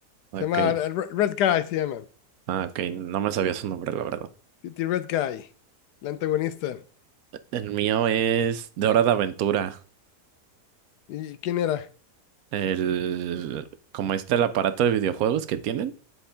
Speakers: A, on the right; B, on the left.
A: Ok.
B: Se llama eh, Re- Red Guy, se llama.
A: Ah, ok. No me sabía su nombre, la verdad.
B: Pretty Red Guy, el antagonista.
A: El mío es de Hora de Aventura.
B: ¿Y quién era?
A: El, como este el aparato de videojuegos que tienen.